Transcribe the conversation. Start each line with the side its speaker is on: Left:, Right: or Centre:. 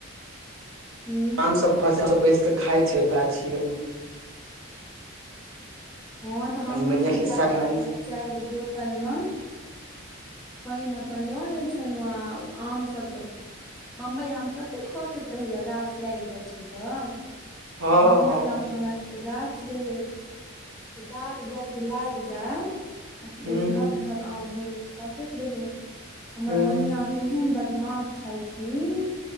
Centre: हूं
Right: आम सब खसल बैसके खाय छै गाछि मे
Centre: हँ तऽ हमहुँ
Right: और मैया
Centre: सब
Right: खिस्सा
Centre: जाय छलहुँ
Right: कहानी
Centre: अपन दू चारि गो बोतल मे पानि अपन लऽ लै छलहुँ आ आम सभ तऽ बम्बई आम कते खसैत रहैया गाछ लागि जाइ छै तऽ
Right: हँ
Centre: तऽ बम्बई
Right: हँ
Centre: आमके हमरा सबके गाछ रहै गाछ जाय कि लागि जाय आ कि
Right: हूं
Centre: ओ ढब ढब आम भरि दिन खसैत रहै हमर
Right: हूं
Centre: मैया तेहन बदमाश छलखिन